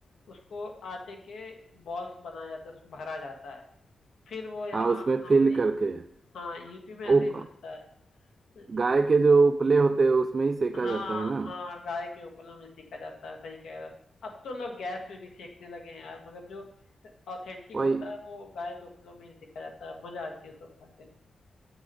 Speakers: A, on the left (about 80°); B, on the right (about 50°).
A: उसको आटे के बॉल्स बनाया जाता है उसमें भरा जाता है फिर वो यहाँ
B: हाँ उसमें
A: हमारे
B: फिल करके है
A: हाँ यूपी में ऐसे
B: उप
A: ही बनता है जो
B: गाय के जो उपले होते हैं उसमें ही सेका
A: हाँ
B: जाता है ना
A: हाँ गाय के उपलों में सेका जाता है सही कह रहे हो अब तो लोग गैस में भी सेकने लगे हैं यार मगर जो ऑथेंटिक
B: वही
A: होता है वो गाय के उपलों में ही सेका जाता है मजा आती है उसको खा के